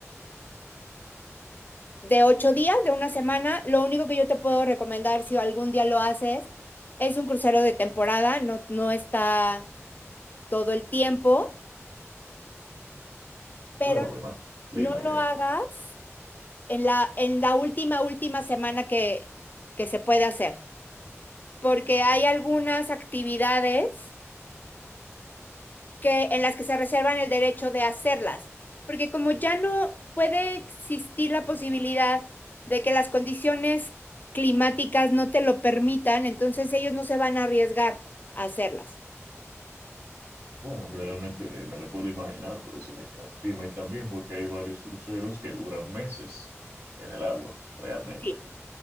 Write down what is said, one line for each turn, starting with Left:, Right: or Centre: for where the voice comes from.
Left: de ocho días, de una semana. Lo único que yo te puedo recomendar, si algún día lo haces, es un crucero de temporada, no, no está todo el tiempo, pero
Right: claro, me imagino el clima
Left: no lo
Right: y eso.
Left: hagas en la, en la última, última semana que, que se puede hacer, porque hay algunas actividades que, en las que se reservan el derecho de hacerlas, porque como ya no puede existir la posibilidad de que las condiciones climáticas no te lo permitan, entonces ellos no se van a arriesgar a hacerlas.
Right: Bueno, realmente me lo puedo imaginar por eso mismo el clima y también porque hay varios cruceros que duran meses en el agua, realmente,
Left: Sí.